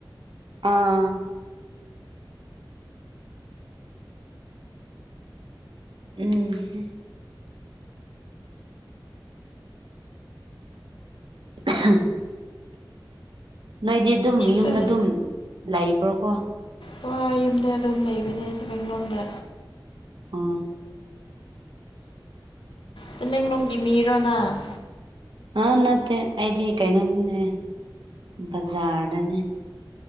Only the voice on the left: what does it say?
ꯇꯨꯝ
ꯍꯣꯏ ꯌꯨꯝꯗ ꯑꯗꯨꯝ ꯂꯩꯕꯅꯦ ꯇꯃꯦꯡꯂꯣꯡꯗ
ꯇꯥꯃꯦꯡꯂꯣꯡꯒꯤ ꯃꯤꯔꯣ ꯅꯪ